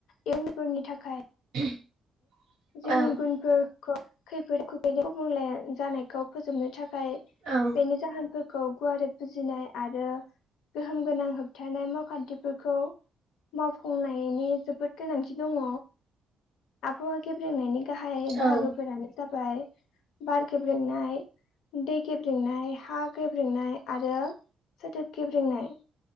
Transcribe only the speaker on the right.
<inaudible>
ओं
औ
औ